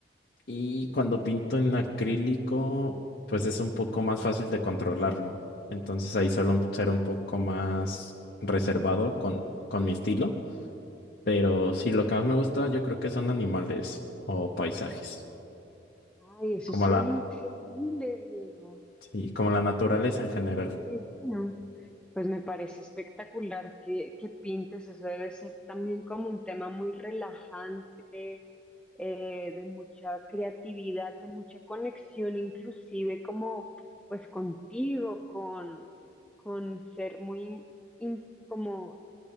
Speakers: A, on the left; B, in the centre.
A: Y cuando pinto en acrílico, pues es un poco más fácil de controlarlo. Entonces ahí suelo ser un poco más reservado con, con mi estilo. Pero sí, lo que más me gusta yo creo que son animales o paisajes.
B: Ay, eso
A: Como
B: suena
A: la,
B: increíble, Diego.
A: sí, como la naturaleza en general.
B: Qué divino. Pues me parece espectacular que, que pintes, eso debe ser también como un tema muy relajante, eh, de mucha creatividad, de mucha conexión, inclusive como pues contigo, con, con ser muy, in- como,